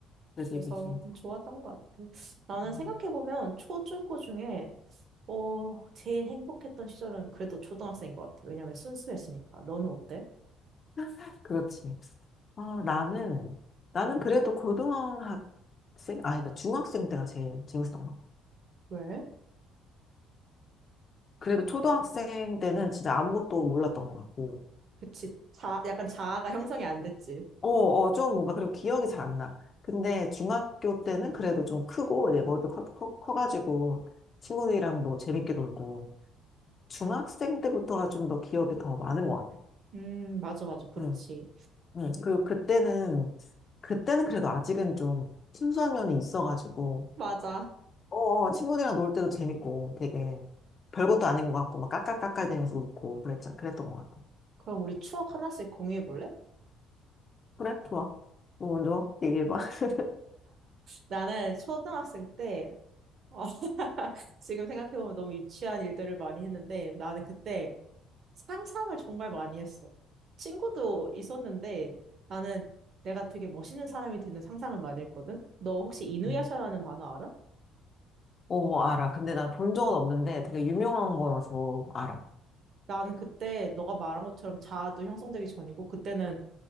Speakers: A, on the left; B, on the right.
A: 그지,
B: 그래서
A: 그지.
B: 좀 좋았던 것 같아. 나는
A: 음.
B: 생각해보면 초, 중, 고 중에 어, 제일 행복했던 시절은 그래도 초등학생인 것 같아. 왜냐면 순수했으니까. 너는 어때?
A: <laughs> 그렇지. 아, 나는, 나는 그래도 고등학생, 아니다, 중학생 때가 제일 재밌었던 것 같고.
B: 왜?
A: 그래도 초등학생 때는 진짜 아무것도 몰랐던 것 같고.
B: 그치. 자, 약간 자아가 형성이 안 됐지.
A: 어, 어, 좀 뭔가, 그리고 기억이 잘 안 나. 근데 중학교 때는 그래도 좀 크고, 이제 머리도 커, 커, 커가지고, 친구들이랑도 재밌게 놀고. 중학생 때부터가 좀 더 기억이 더 많은 것 같아.
B: 음, 맞아, 맞아. 그렇지.
A: 응, 응. 그리고 그때는, 그때는 그래도 아직은 좀 순수한 면이 있어가지고,
B: 맞아.
A: 어, 어, 친구들이랑 놀 때도 재밌고 되게 별것도 아닌 것 같고 막 깔깔깔깔대면서 웃고 그랬자 그랬던 것 같고
B: 그럼 우리 추억 하나씩 공유해 볼래?
A: 그래 좋아 너 먼저 얘기해봐 <laughs>
B: 나는 초등학생 때, 어, <laughs> 지금 생각해보면 너무 유치한 일들을 많이 했는데, 나는 그때 상상을 정말 많이 했어. 친구도 있었는데, 나는 내가 되게 멋있는 사람이 되는 상상을 많이 했거든? 너 혹시 이누야샤라는
A: 음.
B: 만화 알아?
A: 어 알아 근데 난 본 적은 없는데 되게 유명한 거여서 알아
B: 나는 그때 너가 말한 것처럼 자아도 형성되기 전이고, 그때는